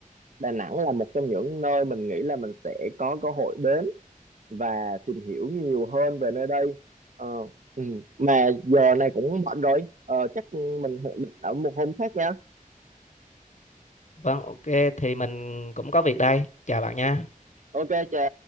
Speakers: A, on the right (about 60°); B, on the left (about 55°).
A: Đà Nẵng là một trong những nơi mình nghĩ là mình sẽ có cơ hội đến và tìm hiểu nhiều hơn về nơi đây Ờ, ừ. mà giờ này cũng muộn rồi Ờ, chắc mình hẹn bạn ở một hôm khác nha
B: vâng ok thì mình cũng có việc đây chào bạn nha
A: ok chà